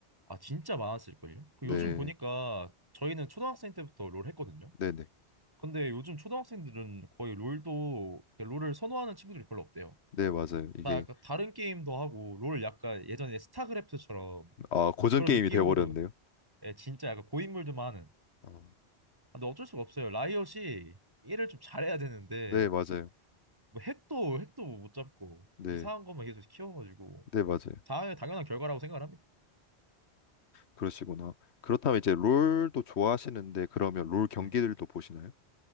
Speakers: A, on the right (about 20°); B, on the left (about 75°).
A: 아 진짜 많았을걸요? 그
B: 네.
A: 요즘 보니까 저희는 초등학생 때부터 롤 했거든요.
B: 네네.
A: 근데 요즘 초등학생들은 거의 롤도 그 롤을 선호하는 친구들이 별로 없대요.
B: 네, 맞아요. 이게
A: 다 약간 다른 게임도 하고 롤 약간 예전에 스타크래프트처럼
B: 아, 고전
A: 그런
B: 게임이
A: 느낌으로
B: 돼 버렸네요.
A: 예, 진짜 약간 고인물들만 하는.
B: 아,
A: 아, 근데 어쩔 수가 없어요. 라이엇이 일을 좀 잘해야 되는데
B: 네, 맞아요.
A: 뭐 핵도 핵도 뭐 못 잡고
B: 네.
A: 이상한 것만 계속 키워가지고
B: 네, 맞아요.
A: 다 당연한 결과라고 생각을 합니다.
B: 그러시구나. 그렇다면 이제 롤도 좋아하시는데 그러면 롤 경기들도
A: 네.
B: 보시나요?